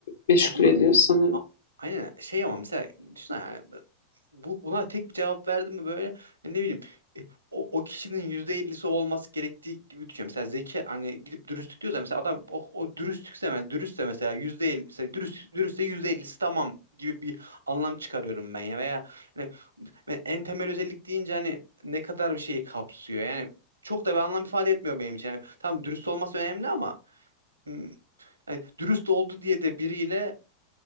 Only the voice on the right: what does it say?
ama
A- Aynen şey ama mesela düşün yani bu, buna tek bir cevap verdim mi böyle hani ne bileyim e, o, o kişinin %50'si olması gerektiği gibi düşünüyorum. Mesela zeki hani gidip dürüstlük diyorsa mesela adam o, o dürüstlükse mes- dürüstse mesela %50 mesela dürüst, dürüstse %50'si tamam gibi bir anlam çıkarıyorum ben ya veya hani ve en temel özellik deyince hani ne kadar bir şeyi kapsıyor yani çok da bir anlam ifade etmiyor benim için. Yani, tamam dürüst olması önemli ama hmm, yani dürüst oldu diye de biriyle